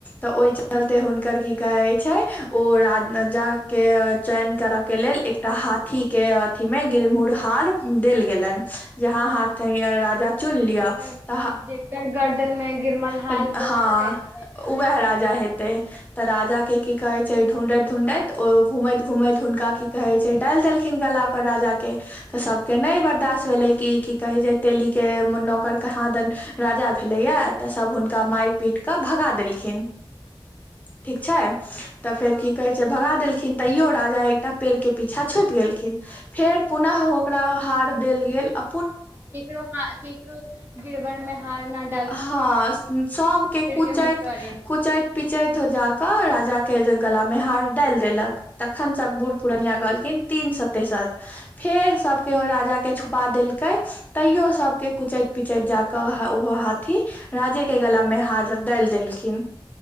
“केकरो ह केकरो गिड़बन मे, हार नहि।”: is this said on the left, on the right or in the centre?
Right